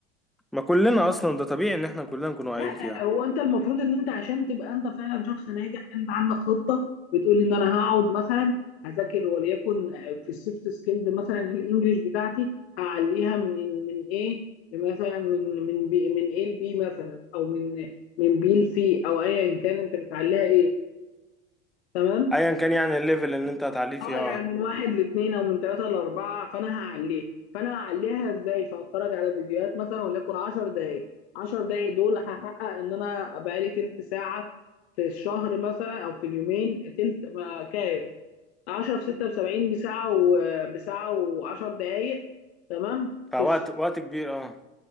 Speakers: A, in the centre; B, on the left.
A: ما كلنا اصلا ده طبيعي ان احنا كلنا نكون واقعين
B: لا
A: فيها
B: هو انت المفروض ان انت عشان تبقى انت فعلا شخص ناجح انت عندك خطه بتقول ان انا هقعد مثلا هذاكر وليكن في السوفت سكيلز مثلا الانجليش بتاعتي هعليها من من ايه مثلا من من بي من ايه لبي مثلا او من من بي لسي او ايا كان انت بتعليها ايه تمام
A: ايا كان يعني الليفل اللي انت هتعليه فيها
B: اه يعني
A: اه
B: من واحد لاثنين او من ثلاثه لاربعه فانا هعليه فانا هعليها ازاي فهتفرج على فيديوهات مثلا وليكن 10 دقائق 10 دقائق دول هحقق ان انا بقالي تلت ساعه في الشهر مثلا او في اليومين تلت ما كام 10 في 6 ب 70 بساعه وبساعه و10 دقائق تمام
A: فوقت
B: في الش-
A: وقت كبير اه